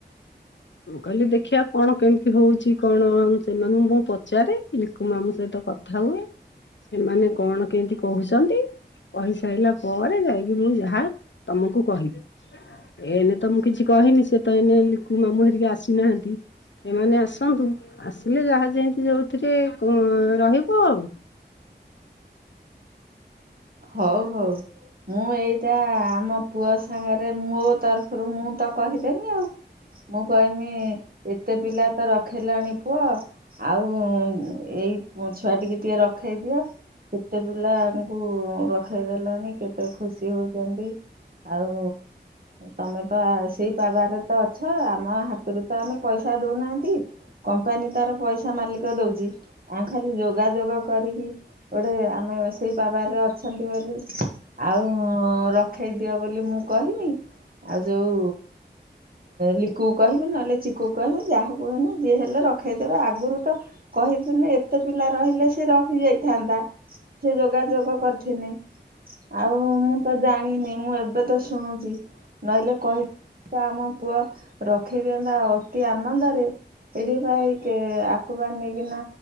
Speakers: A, on the left; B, on the right.
A: ମୁଁ କହିଲି ଦେଖିବା କଣ କେମିତି ହଉଚି କଣ ସେମାନଙ୍କୁ ମୁଁ ପଚାରେ ଲିକୁ ମାମୁଁ ସହିତ କଥା ହୁଏ ସେମାନେ କଣ କେମିତି କହୁଚନ୍ତି କହିସାରିଲା ପରେ ଯାଇକି ମୁଁ ଯାହା ତମକୁ କହିବି ଏନେ ତ ମୁଁ କିଛି କହିନି ସେ ତ ଏନେ ଲିକୁ ମାମୁଁ ହେରିକା ଆସିନାହାନ୍ତି। ସେମାନେ ଆସନ୍ତୁ ଆସିଲେ ଯାହା ଯେମତି ଯଉ ଏଥିରେ କଁ ରହିବୁ ଆଉ।
B: ହଉ ହଉ ମୁଁ ଏଇଟା ଆମ ପୁଅ ସାଙ୍ଗରେ ମୋ ତରଫରୁ ମୁଁ ତା କହିଦେମି ଆଉ ମୁଁ କହିମି ଏତେ ପିଲା ତ ରଖ ଖିଲାଣି ପୁଅ ଆଉ ଉ ଏଇ ଛୁଆ ଟିକି ଟିକେ ରଖେଇଦିଅ କେତେ ପିଲା କୁ ରଖ୍ ଖେଇଦେଲାଣି କେତେ ଖୁସି ହୋଉଚନ୍ତି ଆଉ ତମେ ପା ସେଇ ପାବାରେ ତ ଅ ଛୁ ଆମ ହାତରୁ ତ ଆମେ ପଇସା ଦଉନାହାନ୍ତି କମ୍ପାନୀ ତାର ପଇସା ମାଲିକ ଦଉଚି। ଆଉ ଖାଲି ଯୋଗା ଯୋଗ କରିକି ଏଡ଼େ ଆମେ ଆସି ପାବାରରେ ଅଛନ୍ତି ବୋଲି, ଆଉ ରଖେଇ ଦିଅ ବୋଲି ମୁଁ କହିମି। ଆଉ ଯୋଉ ଲିକୁୁ କୁ କହିବି ନହେଲେ ଚିକୁ କୁ କହିବି ଯାହାକୁ ହେନେ ଯିଏ ହେଲେ ରଖେଇଦେବେ ଆଗରୁ ତ କହିଥିନେ ଏତେ ପିଲା ରହିଲେ ସିଏ ରହିଯାଇଥାନ୍ତା ସେ ଯୋ ଯୋଗାଯୋଗ କରିଥିନି, ଆଉ ମୁଁ ତ ଜାଣିନି। ମୁଁ ଏବେ ତ ଶୁଣୁଛି ନହେଲେ କହି ତ ଆମ ପୁଅ ରଖେଇଦିଅନ୍ତା ଅତି ଆନନ୍ଦରେ। ଏଠିପା ଏଇ କେ ଆ କୁବାର ନେଇକିନା